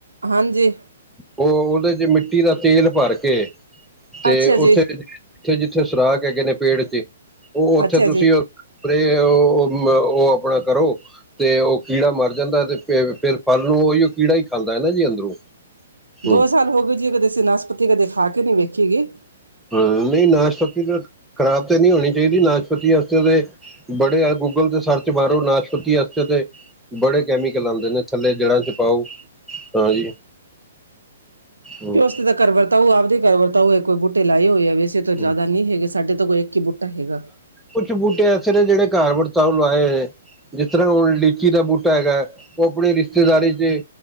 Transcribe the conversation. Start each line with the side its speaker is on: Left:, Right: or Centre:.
Right: ਹਾਂਜੀ
Centre: ਓਹ ਉਹਦੇ 'ਚ ਮਿੱਟੀ ਦਾ ਤੇਲ ਭਰ ਕੇ ਤੇ
Right: ਅੱਛਾ ਜੀ,
Centre: ਉਥੇ ਜਿੱਥੇ-ਜਿੱਥੇ ਸੁਰਾਖ ਹੈਗੇ ਨੇ ਪੇੜ 'ਚ ਓਹ ਉਥੇ
Right: ਅੱਛਾ ਜੀ।
Centre: ਤੁਸੀਂ ਪਰੇ ਓਹ ਮ ਓਹ ਅਪਣਾ ਕਰੋ। ਤੇ ਓਹ ਕੀੜਾ ਮਰ ਜਾਂਦੈ ਤੇ ਫੇਰ- ਫੇਰ ਫਲ ਨੂੰ ਓਹੀਓ ਕੀੜਾ ਹੀ ਖਾਂਦਾ ਈ ਨਾ ਜੀ ਅੰਦਰੋਂ। ਹੂੰ
Right: ਦੋ ਸਾਲ ਹੋ ਗਏ ਜੀ ਕਦੇ ਅਸੀ ਨਾਸਪਤੀ ਕਦੇ ਖਾ ਕੇ ਨਹੀਂ ਵੇਖੀ ਹੈਗੀ।
Centre: ਹਾਂ ਨਹੀਂ ਨਾਸ਼ਪਤੀ ਤਾਂ ਖ਼ਰਾਬ ਤੇ ਨਹੀਂ ਹੋਣੀ ਚਾਹੀਦੀ ਨਾਸ਼ਪਤੀ ਆਸਤੇ ਤੇ ਬੜੇ ਆ ਗੂਗਲ ਤੇ ਸਰਚ ਮਾਰੋ, ਨਾਸ਼ਪਤੀ ਆਸਤੇ ਤੇ ਬੜੇ ਕੈਮੀਕਲ ਆਂਦੇ ਨੇ ਥੱਲੇ ਜੜ੍ਹਾਂ 'ਚ ਪਾਓ ਹਾਂਜੀ। ਹੂੰ
Right: ਕਿ ਓਸ ਤੇ ਤਾਂ ਕਰ ਵਰਤਾਊ ਆਪਦੇ ਘਰ ਵਰਤਾਉ ਯਾ ਕੋਈ ਬੂਟੇ ਲਾਏ ਹੋਏ ਐ ਵੇਸ ਇਦੇ ਤੋਂ
Centre: ਹੂੰ।
Right: ਜਿਦਾ ਨੀ ਹੈਗੇ ਸਾਡੇ ਤੋਂ ਕੋਈ ਏਕ ਈ ਬੂਟਾ ਹੈਗਾ।
Centre: ਕੁਛ ਬੂਟੇ ਐਸੇ ਨੇ ਜਿਹੜੇ ਘਾਰ ਵਰਤਾਊ ਲਵਾਏ ਹੋਏ ਨੇ। ਜਿਸ ਤਰ੍ਹਾਂ ਓਹ ਲੀਚੀ ਦਾ ਬੂਟਾ ਹੈਗੈ ਓਹ ਅਪਣੀ ਰਿਸ਼ਤੇਦਾਰੀ 'ਚ